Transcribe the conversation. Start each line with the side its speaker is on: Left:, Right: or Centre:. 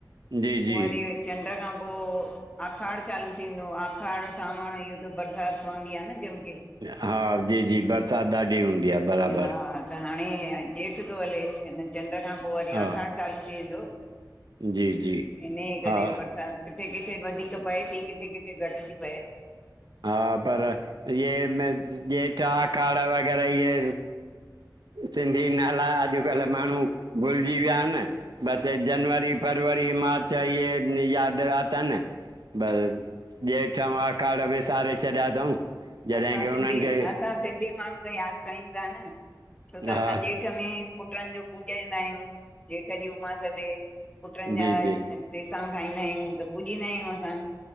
Right: जी
Left: पोइ
Right: जी
Left: वरी चंड खां पोइ आखाड़ चालू थींदो आखाड़ सांवण इहो त बरसाति पवंदी आहे न जमिके
Right: हा जी जी बरसाति ॾाढी हूंदी आहे। बराबरि
Left: हा त हाणे जेठि थो हले, हिन चंड खां पोइ वरी
Right: हा
Left: आखाड़ चालू थी वेंदो,
Right: जी जी
Left: इन्ही करे
Right: हा
Left: वट अच्छा, किथे किथे वधीक पए थी, किथे किथे घटि थी पए।
Right: हा पर इहे जेठि आखाड़ वग़ैरह इय सिंधी नाला अॼुकल्ह माण्हू भुलिजी विया आहिनि। बस हे जनवरी फरवरी मार्च ऐं ईहे याद अथनि बस जेठि आखाड़ विसारे छॾियां अथऊं जॾहिं
Left: असां
Right: की
Left: सिंधी
Right: उन्हनि खे
Left: असां सिंधी माण्हू त यादि कयूं था न छो त
Right: हा
Left: असां जेठि में पुटनि जो पूॼाईंदा आहियूं। जेठ जी उमास ते पुटनि
Right: जी
Left: जा
Right: जी
Left: सेसाऊं ठाईंदा आहियूं, त पुॼंदा आहियूं असां।